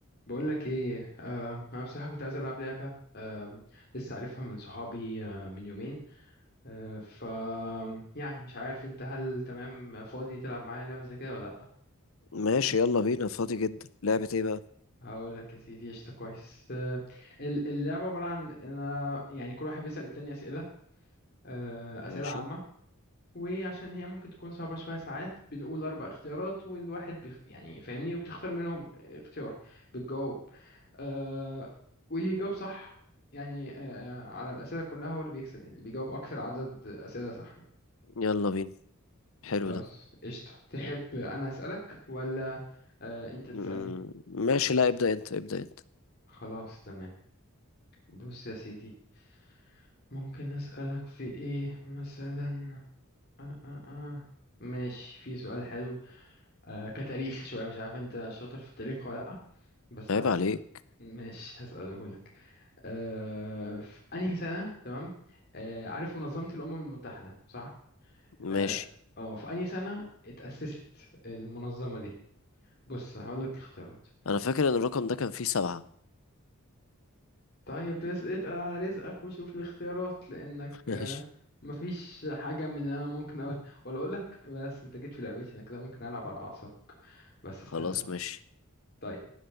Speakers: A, on the left (about 45°); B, on the left (about 65°).
A: بقول لك ايه آم، انا بصراحه كنت عايز العب لعبه آم، لسه عارفها من صحابي آه، من يومين آه، ف يعني مش عارف انت هل تمام فاضي تلعب معايا لعبه زي كده ولا لا
B: ماشي يلا بينا فاضي جدا لعبة ايه بقى
A: هقول لك يا سيدي قشطه كويس آه، ال- اللعبه عباره عن انا يعني كل واحد بيسال التاني اسئله آه، اسئله
B: ماشي
A: عامه وعشان هي ممكن تكون صعبة شوية ساعات بنقول أربع اختيارات والواحد بيخ... يعني فاهمني وبتختار منهم اختيار بتجاوب آه... واللي يجاوب صح يعني آه... على الأسئلة كلها هو اللي بيكسب يعني اللي بيجاوب أكثر عدد أسئلة صح يعني.
B: يلا بينا حلو
A: خلاص
B: ده
A: قشطة تحب أنا أسألك ولا آه... أنت تسألني
B: مم، ماشي لا ابدأ انت ابدأ انت
A: خلاص تمام بص يا سيدي ممكن أسألك في إيه مثلا آه آه آه. ماشي في سؤال حلو آه كتاريخ شوية مش عارف انت شاطر في التاريخ ولا لأ بس
B: عيب
A: هسأل
B: عليك
A: ماشي هسأله لك آه في أنهي سنة تمام آه عارف منظمة الأمم المتحدة صح؟
B: ماشي
A: اه آه، في أنهي سنة اتأسست المنظمة دي؟ بص هقول لك اختيارات
B: انا فاكر ان الرقم ده كان فيه سبعة
A: طيب بس اتقل على رزقك وشوف الاختيارات لأنك
B: <laughs> ماشي
A: آه مفيش حاجة من اللي أنا ممكن أقول ولا أقول لك بس أنت جيت في لعبتي أنا كده ممكن ألعب على أعصابك بس
B: خلاص
A: استنى بقى
B: ماشي
A: طيب